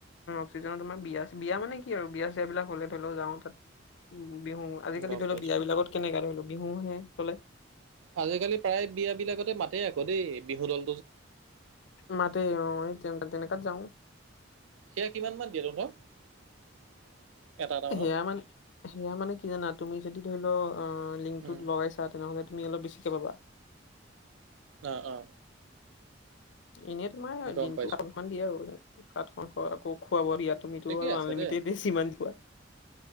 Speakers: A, on the left; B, on the right.
A: অফচিজনত আমাৰ বিয়া, বিয়া মানে কি আৰু বিয়া চিয়া বিলাক হ'লে ধৰি লও যাওঁ তাত উ বিহু, আজিকালি
B: গম
A: ধৰি
B: পাইছোঁ।
A: লও বিয়া বিলাকত কেনেকা ধৰি লোৱা বিহুহে চলে।
B: আজিকালি প্ৰায় বিয়া বিলাকতে মাতে আকৌ দেই, বিহু দল।
A: মাতে, অ', তিনেকা-তেনেকাত যাও।
B: সেয়া কিমান মান। <unintelligible> মানত
A: সেয়া মানে সেয়া মানে কি জানা, তুমি যদি ধৰি লও অ' লিংকটোত
B: উম
A: লগাইছা তেনেহ'লে তুমি অলপ বেছিকে পাবা।
B: অ', অ'।
A: এনেয়ে তোমাৰ
B: গম
A: দিনটো
B: পাইছো
A: সাতখন দিয়ে আৰু, সাতখন আকৌ খুৱাব দিয়াত তুমিতো
B: ঠিকেই
A: আৰু
B: আছে
A: আনলিমিটেড
B: দেই
A: <unintelligible> খোৱা।